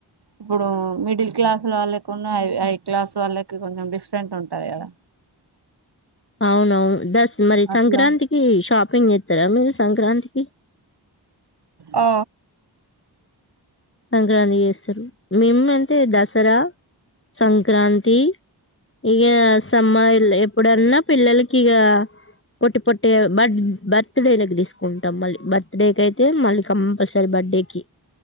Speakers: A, on the right; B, on the left.
A: ఇప్పుడు మిడిల్ క్లాస్ వాళ్ళకును హై క్లాస్ వాళ్ళకి కొంచెం డిఫరెంట్ ఉంటది కదా
B: అవునవు దస్ మరి
A: అట్లా
B: సంక్రాంతికి షాపింగ్ జేత్తరా మీరు సంక్రాంతికి
A: ఆ
B: సంక్రాంతి చేస్తరు మేము అంతే దసరా సంక్రాంతి ఇగ సమ్మల్ ఇప్ ఇప్పుడన్నా పిల్లలకిఇగ పొట్టి పొట్టి బర్త్ బర్త్డేలకి తీసుకుంటాం మళ్ళీ బర్త్ డేకయితే మళ్ళీ కంపల్సరీ సార్ బర్త్డేకి